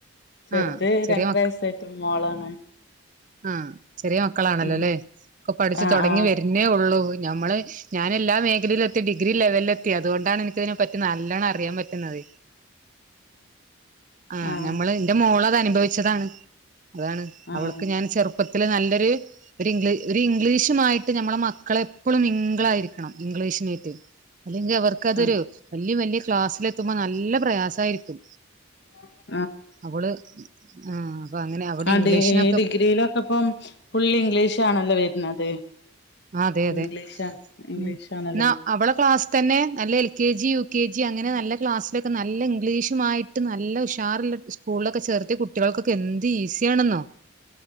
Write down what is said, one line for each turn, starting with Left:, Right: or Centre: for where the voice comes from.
Left: ചെറുത്
Right: ആഹ് ചെറിയ
Left: രണ്ടര
Right: മ
Left: വയസ്സായിട്ട് മോളാണ്
Right: ആഹ് ചെറിയ മക്കളാണല്ലോ
Left: ഉം
Right: അല്ലേ ഇപ്പൊ പഠിച്ചു
Left: ആഹ്
Right: തുടങ്ങി
Left: ആഹ്
Right: വരുന്നേ ഉള്ളൂ. ഞമ്മള് ഞാൻ എല്ലാ മേഖലയിലും എ ഡിഗ്രി ലെവലിലെത്തി അതുകൊണ്ടാണ് എനിക്കതിനെ പറ്റി നല്ലണം അറിയാൻ പറ്റുന്നത്. ആ
Left: ആഹ്
Right: ഞമ്മളയ്. ഓളത് അനുഭവിച്ചതാണ്. അതാണ്
Left: ആഹ് ആഹ്
Right: അവൾക്ക് ഞാൻ ചെറുപ്പത് ഇതില് നല്ലൊരു ഇംഗ്ലീ ഒരു ഇംഗ്ലീഷുമായിട്ട് നമ്മളെ മക്കളെപ്പോഴും മിംഗിളായിരിക്കണം ഇംഗ്ലീഷിനായിട്ട്. അല്ലെങ്കിൽ അവർക്കതൊരു
Left: ആഹ്
Right: വലിയ വലിയ ക്ലാസ്സില് എത്ത്മ്പോ നല്ല പ്രയാസായിരിക്കും
Left: <unintelligible>
Right: അവള് ആഹ് അപ്പൊ അങ്ങനെ അവിടെ
Left: ആ
Right: ഇംഗ്ലീഷിനൊക്കെ
Left: ഡീ ഡിഗ്രിയിലൊക്കെപ്പം ഫുൾ ഇംഗ്ലീഷാണല്ലോ വരുന്നത്
Right: ആ അതെ അതെ
Left: ഇംഗ്ലീഷാ ഇംഗ്ലീഷ്
Right: ഉം
Left: ആണല്ലോ
Right: ന്നാ
Left: വര്
Right: അവള ക്ലാസ്തന്നെ നല്ല L K G U K G G അങ്ങനെ നല്ല ക്ലാസ്സിലൊക്കെ നല്ല ഇംഗ്ലീഷുമായിട്ട് നല്ല ഉഷാറില്ല സ്കൂളിലൊക്കെ ചേർത്ത് കുട്ടികൾക്കൊക്കെ എന്ത് ഈസിയാണെന്നോ